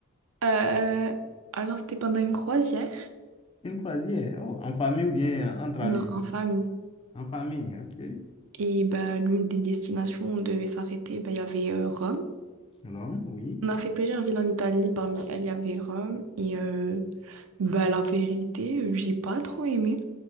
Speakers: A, on the right; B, on the left.
A: Euh, alors, c'était pendant une croisière?
B: Une croisière. Oh, en famille ou bien entre amis?
A: Non, en famille.
B: En famille, ok.
A: Et bah, l'une des destinations où on devait s'arrêter, bah, il y avait euh, Rome.
B: Rome, oui.
A: On a fait plusieurs villes en Italie, parmi elles il y avait Rome et euh, bah, la vérité, euh, j'ai pas trop aimé.